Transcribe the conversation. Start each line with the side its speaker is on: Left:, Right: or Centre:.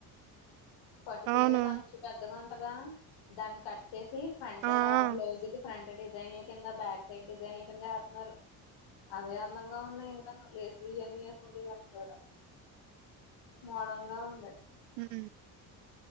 Left: పట్టు చీరల
Right: అవును
Left: కనుషు పెద్దగా ఉం కదా దన్ని కట్ వచ్చేసి ఫ్రంట్
Right: ఆ ఆ
Left: బ్లౌజ్ కి ఫ్రంట్ ఇ డిజైన్ల కింద బ్యాక్ సైడ్ డిజైన్ల కింద వతున్నారు, అవే అందంగా ఉన్నాయి ఇంకా లేస్లు ఇవన్న వేసుకుంటి కూడా మోడర్న్ గా ఉంది
Right: మ్